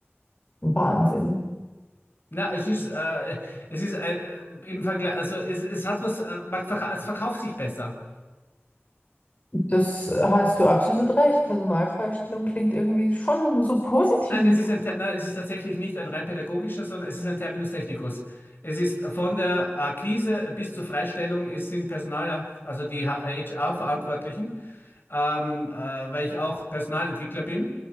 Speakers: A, on the left; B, on the left.
A: Wahnsinn.
B: Na, es ist, äh, es ist äh, äh, im Vergleich, also es, es hat was, äh, man verka- es verkauft sich besser.
A: Das hast du absolut recht. Personalfreistellung klingt irgendwie schon so positiv.
B: Nein, es ist ein, Ter- nein, es ist tatsächlich nicht ein rein pädagogischer, sondern es ist ein Terminus technicus. Es ist von der Akquise bis zur Freistellung, es sind die Personal, also die HR-Verantwortlichen, ähm, äh, weil ich auch Personalentwickler bin